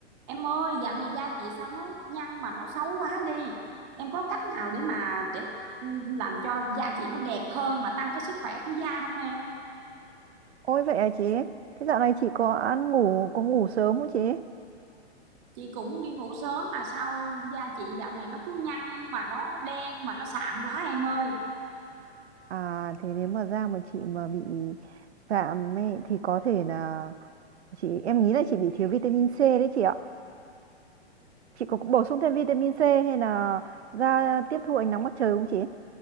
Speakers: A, on the right (about 45°); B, on the right (about 70°).
A: Em ơi, dạo này da chị sao nó nhăn mà nó xấu quá đi. Em có cách nào để mà để ừ, làm cho da chị nó đẹp hơn mà tăng cái sức khỏe của da không em?
B: Ôi vậy à chị? Thế dạo này chị có ăn ngủ có ngủ sớm không chị?
A: Chị cũng đi ngủ sớm mà sao da chị dạo này nó cứ nhăn mà nó đen mà nó sạm quá em ơi.
B: À thế nếu mà da mà chị mà bị giảm ấy, thì có thể là chị em nghĩ là chị bị thiếu vitamin C đấy chị ạ. Chị có bổ sung thêm vitamin C hay là da tiếp thu ánh nắng mặt trời không chị?